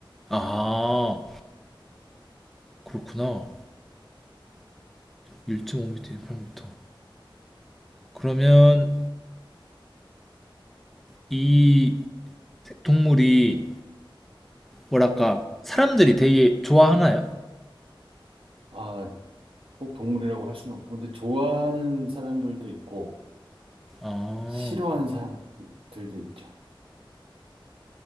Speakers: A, in the centre; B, on the right.
A: 아, 그렇구나. 1.5m, 1.8m. 그러면 이 동물이 뭐랄까 사람들이 되게 좋아하나요?
B: 아, 꼭 동물이라고 할 수는 없고, 근데 좋아하는 사람들도 있고,
A: 아,
B: 싫어하는 사람들도 있죠.